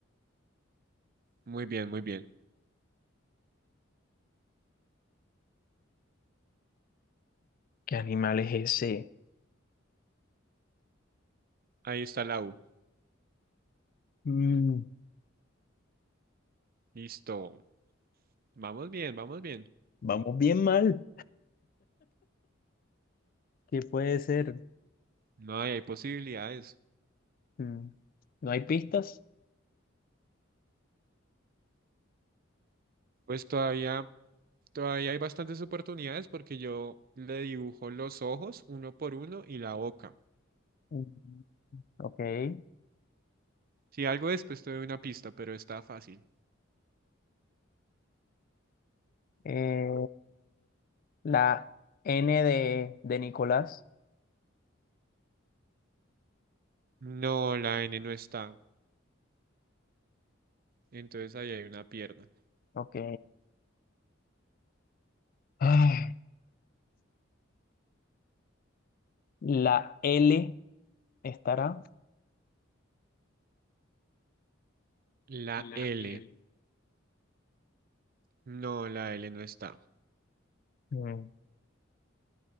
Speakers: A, on the right; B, on the left.
A: Muy bien, muy bien.
B: ¿qué animal es ese?
A: Ahí está la U.
B: Mm,
A: Listo. Vamos bien, vamos bien.
B: vamos bien mal. ¿Qué puede ser?
A: No, y hay posibilidades.
B: Mm, ¿no hay pistas?
A: Pues todavía, todavía hay bastantes oportunidades porque yo le dibujo los ojos uno por uno y la boca.
B: Mm, ok.
A: Si algo después te doy una pista, pero está fácil.
B: Eh, la N de, de Nicolás,
A: No, la N no está. Entonces ahí hay una pierna.
B: ok. Ah, la L estará.
A: La
B: La
A: L.
B: L.
A: No, la L no está.
B: Mm,